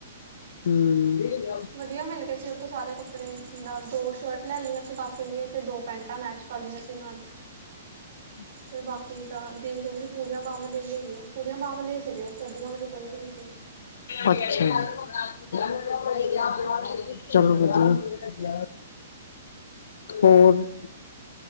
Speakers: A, on the left (about 75°); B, on the right (about 65°).
A: ਹੂੰ,
B: ਵਧੀਆ ਮਿਲ ਗਏ ਸੀ ਉੱਥੋਂ ਸਾਰੇ ਕੱਪੜੇ ਦਾ ਦੋ ਸ਼ਰਟ ਲੇ ਲੀਆਂ ਸੀ ਕਾਕੇ ਲਈਏ ਦੋ ਪੈਂਟ ਮੈਚ ਕਰ ਲਿਆ ਸੀ ਨਾਲ
A: <unintelligible>
B: ਤੇ ਬਾਕੀ ਤਾਂ ਦੀਦੀ ਕਹਿੰਦੇ ਪੂਰੀਆਂ ਬਾਵਾਂ ਦੇ ਲਈਓ ਪੂਰੀਆਂ ਬਾਵਾਂ ਦੇ ਸੀ ਉੱਥੇ, ਅੱਧੀਆਂ ਵਾਲੇ ਕੋਈ ਵੀ ਨੀ ਸੀ।
A: ਅੱਛਾਜੀ! <unintelligible> ਚਲੋ ਵਧੀਆ। ਹੋਰ।